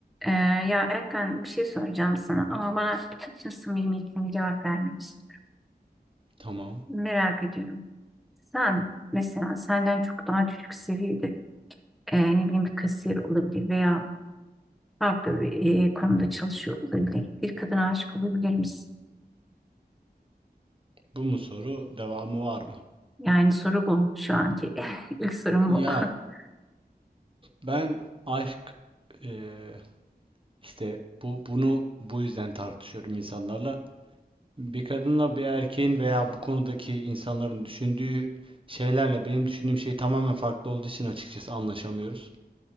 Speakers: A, in the centre; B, on the right.
A: Ee, ya Erkan bir şey soracağım sana ama bana bütün samimiyetimle cevap vermelisin.
B: Tamam.
A: Merak ediyorum. Sen mesela senden çok daha düşük seviyede e, ne bileyim bir kasiyer olabilir veya farklı bir e, konumda çalışıyor olabilir. Bir kadına aşık olabilir misin?
B: Bu mu soru? Devamı var mı?
A: Yani soru bu şu anki. <laughs> İlk sorum
B: Ya
A: bu. <laughs>
B: ben aşk eee, işte bu bunu bu yüzden tartışıyorum insanlarla. Bir kadınla bir erkeğin veya bu konudaki insanların düşündüğü şeylerle benim düşündüğüm şey tamamen farklı olduğu için açıkçası anlaşamıyoruz.